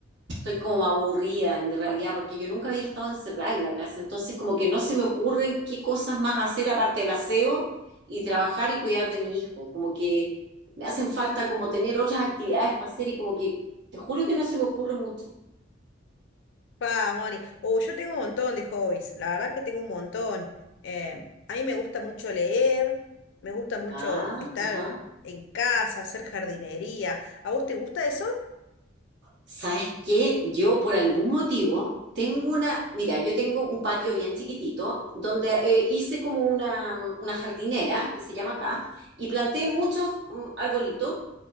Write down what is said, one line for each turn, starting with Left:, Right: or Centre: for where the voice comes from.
Right: estoy como aburrida en realidad porque yo nunca había estado encerrada en la casa, entonces como que no se me ocurren qué cosas más hacer aparte del aseo y trabajar y cuidar de mi hijo, como que me hacen falta como tener otras actividades para hacer y como que te juro que no se me ocurre mucho.
Left: Pa, Moni. Oh, yo tengo un montón de hobbies. La verdad que tengo un montón. Eh, a mí me gusta mucho leer, me gusta mucho
Right: Ah,
Left: estar
Right: ajá.
Left: en casa, hacer jardinería. ¿A vos te gusta eso?
Right: ¿Sabes qué? Yo por algún motivo tengo una, mira, yo tengo un patio bien chiquitito donde eh, hice como una, una jardinera que se llama acá y planté muchos mm, arbolitos